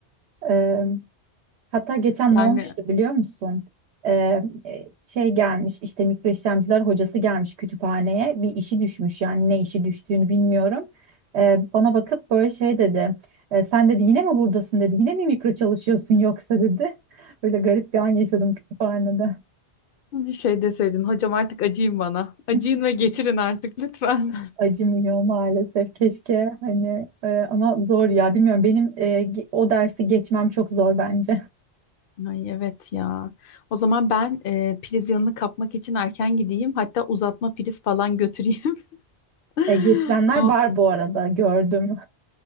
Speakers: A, on the right; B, on the left.
A: E, Hatta geçen
B: Yani
A: ne olmuştu biliyor musun? Ee, e, şey gelmiş işte mikro işlemciler hocası gelmiş kütüphaneye bir işi düşmüş yani ne işi düştüğünü bilmiyorum. Ee, bana bakıp böyle şey dedi. "E, sen dedi yine mi buradasın dedi. Yine mi mikro çalışıyorsun yoksa dedi. <laughs> Böyle garip bir an yaşadım kütüphanede.
B: Bir şey deseydin hocam artık acıyın bana. Acıyın
A: <laughs>
B: ve getirin artık lütfen.
A: Acımıyor maalesef keşke hani e, ama zor ya bilmiyorum benim e, ge- o dersi geçmem çok zor bence.
B: <laughs> Ay evet ya. O zaman ben e, priz yanını kapmak için erken gideyim. Hatta uzatma priz falan götüreyim. <laughs>
A: E, getirenler
B: O,
A: var bu arada gördüm